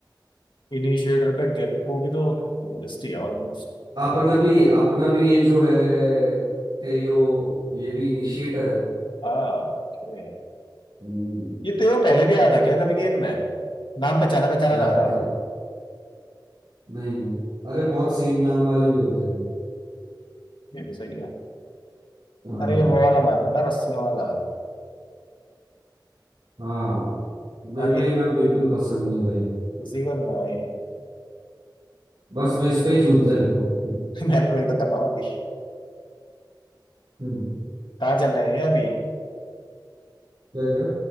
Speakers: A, on the left (about 85°); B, on the right (about 75°).
A: इनिशिएटर पे गेको भी तो डुअलिस्ट ही है ऑलमोस्ट
B: अपना भी अपना भी ये जो है तेयो ये भी इनिशिएटर है
A: हाँ ओके
B: हम्म,
A: ये तो ये पहले भी आया था क्या कभी गेम में नाम पहचाना पहचाना
B: क्या
A: लग
B: पता
A: रहा है
B: नहीं नहीं अरे बहुत सेम नाम वाले भी होते हैं
A: ये भी सही है
B: हाँ
A: अरे ये वो वाला मैप है ना रस्सियों वाला
B: हाँ मेरे
A: और
B: को
A: ये
B: ये मैप बिल्कुल पसंद नहीं भाई
A: किसी को नहीं है भाई
B: बस मैं इस पे ही झूलते रहता हूँ
A: <laughs> मैंने वही तो कर रहा हूँ अभी कहाँ
B: हम्म।
A: चल रहे हैं ये अभी
B: क्या क्या